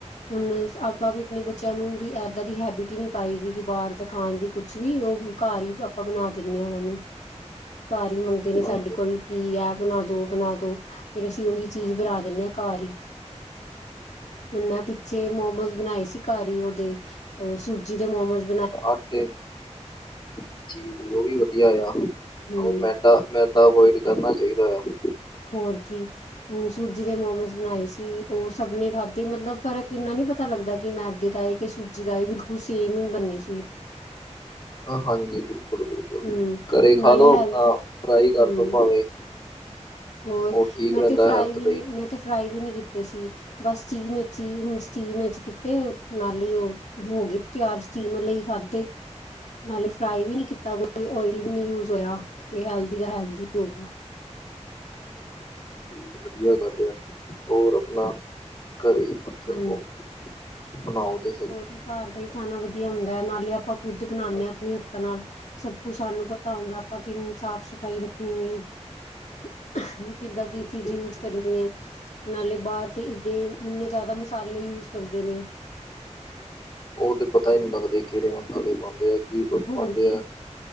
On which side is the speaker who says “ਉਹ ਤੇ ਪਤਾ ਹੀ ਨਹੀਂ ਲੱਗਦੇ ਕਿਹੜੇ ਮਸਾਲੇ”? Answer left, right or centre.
Left